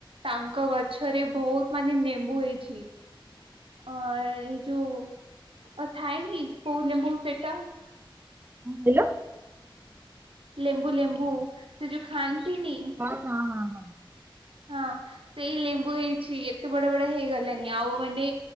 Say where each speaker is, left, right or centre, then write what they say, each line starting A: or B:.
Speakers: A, on the right; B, on the right.
A: ତାଙ୍କ ଗଛରେ ବହୁତ ମାନେ ନେମ୍ବୁ ହେଇଚି। ଅ ଏଇ ଯୋଉ ଥାଏନି କୋଉ ଲେମ୍ବୁ ସେଟା?
B: କିଲୋ?
A: ଲେମ୍ବୁ ଲେମ୍ବୁ ସେ ଯୋଉ ଖାଆନ୍ତିନି?
B: କଣ କହିଲ ହଁ ହଁ ହଁ ହଁ
A: ହଁ ସେଇ ଲେମ୍ବୁ ହେଇଚି ଏତେ ବଡ ବଡ ହେଇଗଲାଣି। ଆଉ ମାନେ